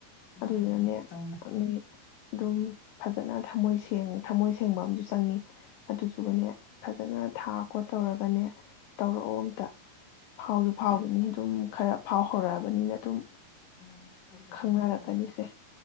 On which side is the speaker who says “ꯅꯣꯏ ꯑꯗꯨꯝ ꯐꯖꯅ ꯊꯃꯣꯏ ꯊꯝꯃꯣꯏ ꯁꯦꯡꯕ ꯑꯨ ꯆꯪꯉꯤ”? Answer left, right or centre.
Left